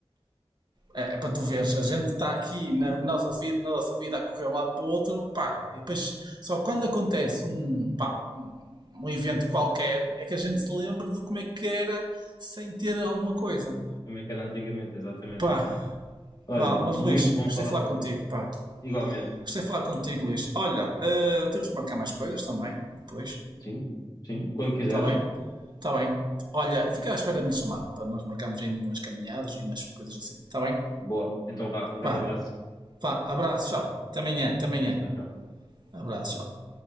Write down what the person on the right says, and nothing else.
É, é para tu veres, a gente está aqui na nossa, vida, na nossa vida a correr um lado para o outro, pá, e depois só quando acontece um, pá, um, um evento qualquer é que a gente se lembra de como é que era sem ter alguma coisa.
Pá,
vá, mas
Luís,
gostei
de falar
contigo,
pá.
Gostei de falar contigo, Luís. Olha, eh, temos que marcar mais coisas também, depois,
está bem? Está bem. Olha, fica à espera da minha chamada, para nós marcarmos aí umas caminhadas e umas coisas assim, está bem?
Vá,
vá, abraço, tchau. Até amanhã, até amanhã.
Um Abraço, tchau.